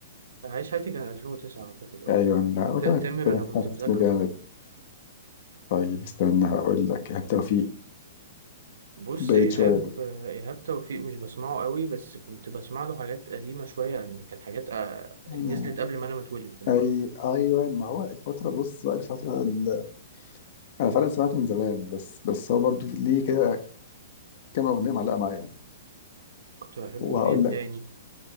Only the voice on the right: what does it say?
عايش حياتي كان 2009 اعتقد اه
ت- تامر
انا كنت
مذاكره
يعني
بص
ايهاب
آه، ايهاب توفيق مش بسمعه قوي بس كنت بسمع له حاجات قديمه شويه يعني كانت حاجات آه
نزلت قبل ما انا ما اتولد فاهم
كنت بحب
اغنيه داني